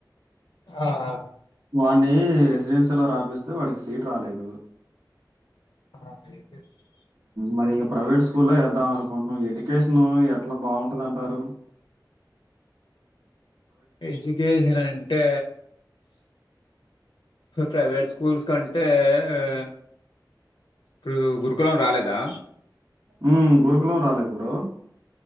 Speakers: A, on the left; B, on the right.
A: ఆ
B: వాన్ని రెసిడెన్షియ లో రాపిస్తే వాడికి సీట్ రాలేదు
A: ఆ మేయ్
B: మరి ఇగ ప్రైవేట్ స్కూల్లో
A: ఆ
B: ఎద్దాం అనుకుంటున్నాం ఎడిట్ లొకేషన్ ఎట్లా బాగుంటదంటారు
A: ఎడ్యుకేషన్ అంటే ప్రైవేట్ స్ స్కూల్స్ కంటే ఎ ఎ ఇప్పుడు గురుకులం రాలేదా
B: ఉ గురుకులమ్ రాలేదు బ్రో